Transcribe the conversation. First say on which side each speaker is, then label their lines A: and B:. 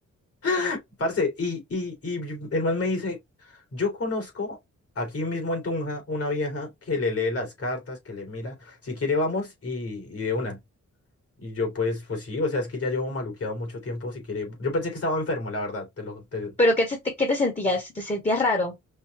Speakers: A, on the left; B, on the left.
A: <laughs> parce, y, y, y yo- el man me dice, yo conozco aquí mismo en Tunja una vieja que le lee las cartas, que le mira. Si quiere, vamos y, y de una. Y yo pues, pues sí, o sea, es que ya llevo maluqueado mucho tiempo, si quiere. Yo pensé que estaba enfermo, la verdad, te lo... te-
B: Pero ¿qué te, qué te sentías? ¿Te sentías raro?